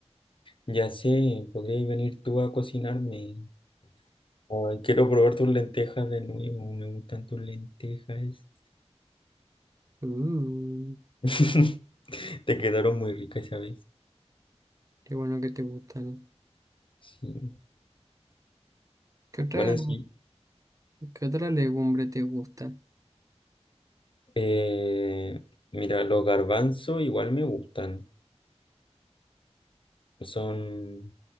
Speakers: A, on the left (about 50°); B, on the right (about 30°).
A: Ya sé, podrías venir tú a cocinarme. Ay, quiero probar tus lentejas de nuevo. Me gustan tus lentejas.
B: Uh,
A: <laughs> Te quedaron muy ricas esa vez.
B: qué bueno que te gustan.
A: Sí.
B: ¿Qué otra,
A: Bueno, sí.
B: qué otra legumbre te gusta?
A: Eh, mira, los garbanzos igual me gustan. Son,